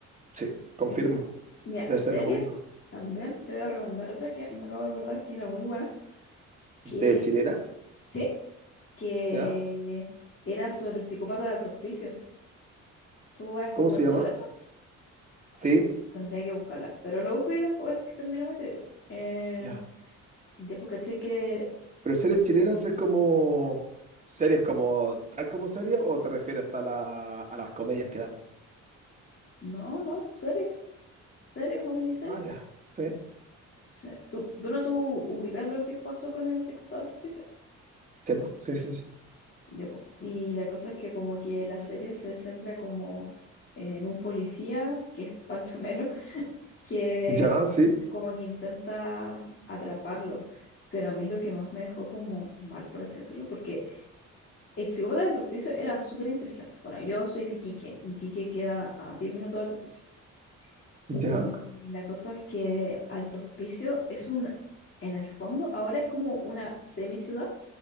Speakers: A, on the right (about 25°); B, on the left (about 40°).
A: sí, confirmo.
B: Y s- mira,
A: Debe
B: series
A: ser lo único.
B: también. Te voy a recomendar otra que me acabo de acordar que era muy buena. Que,
A: ¿De chilenas?
B: sí, que
A: ¿Ya?
B: era sobre el psicópata de Alto Hospicio. ¿Tú has escuchado
A: ¿Cómo se
B: sobre
A: llama?
B: eso?
A: Sí,
B: Ah, t- Tendría que buscarla. Pero lo busco y después que terminemos y te digo. Eh,
A: ya.
B: ya porque estoy que.
A: Pero series chilenas es como series como tal como series o te refieres a la, a las comedias que dan.
B: No, no, series. Series o miniseries.
A: Ah, ya. Sí,
B: Sí. Tú, bueno, tú ubicas lo que pasó con el psicópata de Alto Hospicio.
A: sí, po, sí, sí. sí.
B: Ya, po. Y la cosa es que como que la serie se centra como en un policía, que es Pancho <laughs> Melo, que
A: Ya, sí,
B: como que intenta atraparlo. Pero a mí lo que más me dejó como mal, por así decirlo, porque el psicópata del alto piso era súper inteligente. Bueno, yo soy de Iquique, y Iquique queda a 10 minutos de alto piso. Y,
A: ya,
B: y la cosa es que Alto Hospicio es un, en el fondo, ahora es como una semi ciudad,